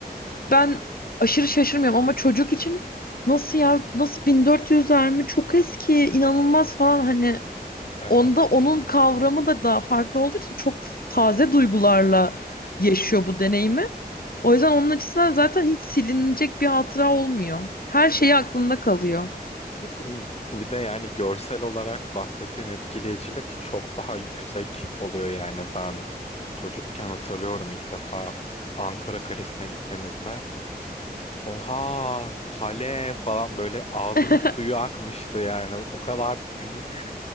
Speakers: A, on the left; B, on the left.
A: ben aşırı şaşırmıyorum ama çocuk için nasıl ya nasıl 1400'ler mi çok eski inanılmaz falan hani
B: Evet.
A: Onda onun kavramı da daha farklı olduğu için çok taze duygularla yaşıyor bu deneyimi. O yüzden onun açısından zaten hiç silinecek bir hatıra olmuyor. Her şeyi aklında kalıyor.
B: <clears throat> Bir de yani görsel olarak bahsettiğin etkileyicilik çok daha yüksek oluyor yani ben çocukken hatırlıyorum ilk defa Ankara Kalesi'ne gittiğimizde oha kale falan böyle ağzımın
A: <laughs>
B: suyu akmıştı yani o kadar büyük